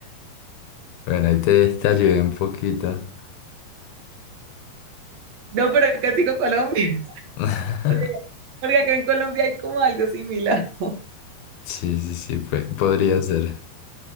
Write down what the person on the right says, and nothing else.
No, pero casi con Colombia. <laughs>
Porque, porque acá en Colombia hay como algo similar.